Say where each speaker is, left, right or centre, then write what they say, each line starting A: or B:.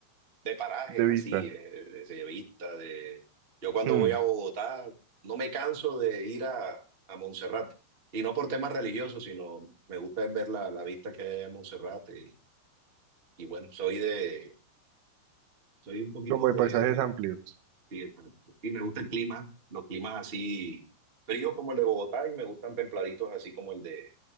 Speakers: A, on the right; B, on the right.
A: de parajes
B: de
A: así,
B: vista.
A: eh, de, de vista de... Yo cuando
B: Mm,
A: voy a Bogotá no me canso de ir a, a Monserrate, y no por temas religiosos, sino me gusta ver la, la vista que hay en Monserrate, y, y bueno, soy de... Soy un poquito
B: Como de
A: de...
B: paisajes amplios.
A: sí, exacto. Y me gusta el clima, los climas así fríos como el de Bogotá, y me gustan templaditos así como el de,